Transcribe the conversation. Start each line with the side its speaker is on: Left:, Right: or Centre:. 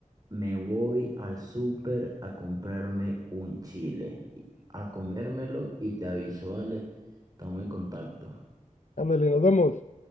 Right: Me voy al súper a comprarme un chile, a comérmelo y te aviso, ¿vale? Estamos en contacto.
Left: Ándale, nos vemos.